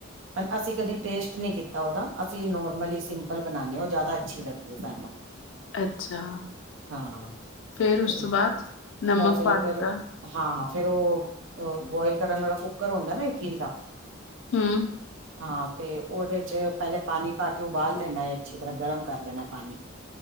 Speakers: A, on the right; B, on the left.
A: ਅਸੀਂ ਕਦੀ ਟੇਸਟ ਨੀ ਕੀਤਾ ਓਦਾ ਅਸੀਂ ਨੋਰਮਲ ਹੀ ਸਿੰਪਲ ਬਨਾਨੇ ਆ ਉਹ ਜਾਦਾ ਅੱਛੀ ਲੱਗਦੀ ਏ ਸਾਨੂੰ।
B: ਅੱਛਾ
A: ਹਾਂ
B: ਫੇਰ ਉਸ
A: ਤੇ
B: ਤੋਂ ਬਾਦ ਨਮਕ
A: ਬਸ
B: ਪਾ
A: ਫੇਰ
B: ਦਿੱਤਾ।
A: ਹਾਂ ਫੇਰ ਓ ਬੋਇਲ ਕਰਨ ਵਾਲਾ ਕੁੱਕਰ ਹੁੰਦਾ ਨਾ ਇਟਲੀ ਦਾ।
B: ਹੂੰ
A: ਹਾਂ ਤੇ ਔਦੇ ਚ ਪੈਲੇ ਪਾਨੀ ਪਾ ਕੇ ਉਬਾਲ ਲੈਨਾ ਏ ਅੱਛੀ ਤਰ੍ਹਾਂ ਗਰਮ ਕਰ ਲੈਨਾ ਪਾਨੀ।